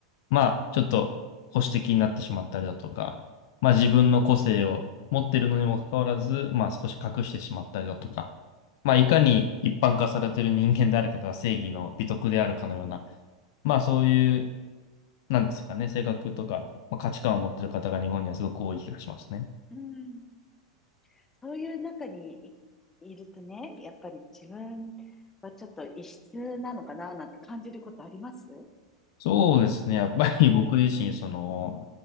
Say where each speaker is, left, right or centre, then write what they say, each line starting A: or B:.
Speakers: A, on the left (about 55°); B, on the left (about 15°).
A: まあちょっと保守的になってしまったりだとか、まあ自分の個性を持ってるのにもかかわらず、まあ少し隠してしまったりだとか、まあいかに一般化されてる人間であるかが正義の美徳であるかのような、まあそういう、なんですかね、性格とか、まあ、価値観を持ってる方が日本にはすごく多い気がしますね。
B: うんうん。そういう中にい、いるとね、やっぱり自分はちょっと異質なのかななんて感じることあります
A: そうですね。やっぱり僕自身、その、